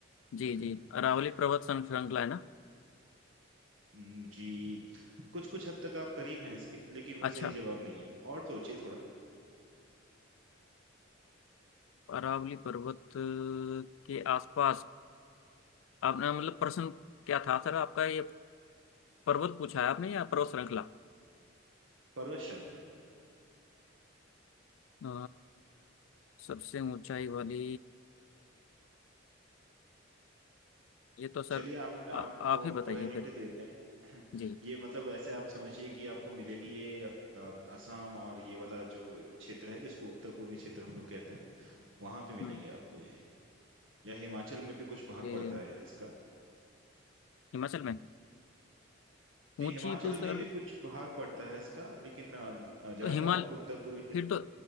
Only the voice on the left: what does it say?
जी
जी
अरावली पर्वत श्रृं- श्रृंखला है ना
अच्छा
अरावली पर्वत के आसपास आपने मतलब प्रश्न क्या था सर आपका ये पर्वत पूछा है आपने या पर्वत श्रृंखला
अ, सबसे ऊंचाई वाली ये तो सर
आ, आप ही
बताइए
फिर
जी
हम्म
ये
हिमाचल में ऊंची
तो सर
तो हिमाल
फिर तो